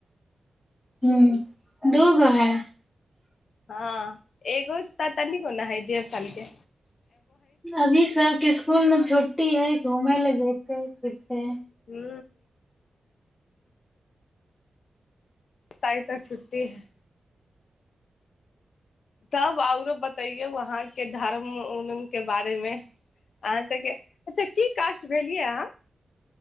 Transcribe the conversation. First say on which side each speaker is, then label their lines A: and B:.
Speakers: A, on the left (about 20°); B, on the left (about 75°).
A: हुँ दूगो है
B: हँ एगो ताता नहि कोन है देढ़ सालके
A: अभी सबके स्सकुल में छुट्टी है घूमय ले ज तऽ कते
B: हू आय तक तक छुटी है तब आओरो बतैयौ अहााँके धर्म उ के बारेमे अहाँ सबके अच्छा की क्ट भेलियै अहाँ